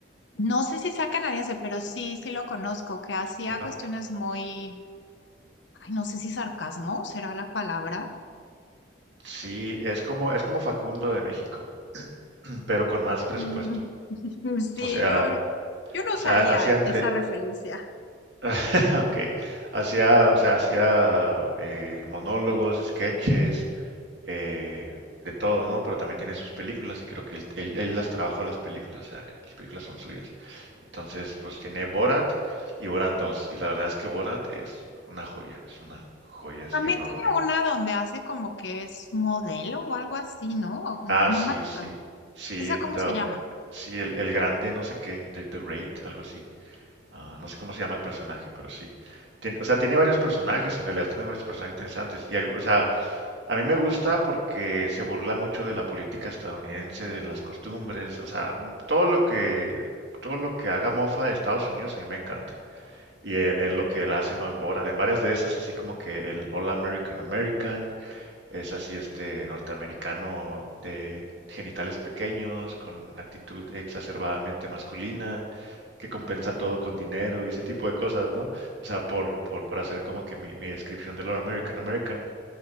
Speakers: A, on the left (about 75°); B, on the right (about 70°).
A: No sé si sea canadiense, pero sí, sí lo conozco, que hacía
B: Sí,
A: cuestiones
B: no,
A: muy, ay, no sé si sarcasmo será la palabra.
B: Sí, es como, es como Facundo de México, pero con más presupuesto.
A: Mm, <laughs> Sí,
B: O sea,
A: yo, yo no
B: o
A: usaría
B: sea, hacía entre,
A: esa referencia.
B: <laughs> ok, hacía, o sea, hacía eh, monólogos, sketches, eh, de todo, ¿no? Pero también tiene sus películas y creo que él, él- él las trabajó las películas, o sea, las películas son suyas. Entonces, pues tiene Borat y Borat dos y la verdad es que Borat es una joya, es una joya así
A: También
B: enorme
A: tiene una donde hace como que es modelo o algo así, ¿no?
B: Ah,
A: No
B: sí,
A: me acuerdo.
B: sí. Sí,
A: ¿Esa cómo
B: da-
A: se llama?
B: sí el, el grande, no sé qué, The, The Great, algo así. Ah, no sé cómo se llama el personaje, pero sí. Tien- o sea, tiene varios personajes, en realidad tiene varios personajes interesantes. Y, algo- o sea, a mí me gusta porque se burla mucho de la política estadounidense, de las costumbres, o sea, m- todo lo que, todo lo que haga mofa de Estados Unidos a mí me encanta. Y e- es, lo que él hace, ¿no? En Borat, en varias de esas, así como que el All American American. Es así, este norteamericano de genitales pequeños, con actitud exacerbadamente masculina, que compensa todo con dinero y ese tipo de cosas, ¿no? O sea, por, por, por hacer como que mi, mi descripción de lo American American.